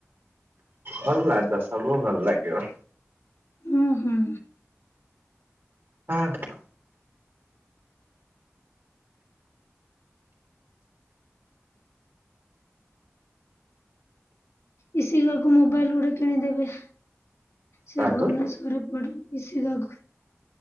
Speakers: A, on the right; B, on the left.
A: ଭଲ ଲାଗିବ ସବୁ ଭଲ ଲାଗିବ
B: ଉଁ ହୁଁ।
A: ହଁ।
B: ଇସିକାକୁ ମୋବାଇଲ ଗୋଟେ କିଣିଦେବେ? ସେ
A: କାହାକୁ
B: ଭୁବନେଶ୍ୱରରେ ପଢ଼େ ଇସିକାକୁ।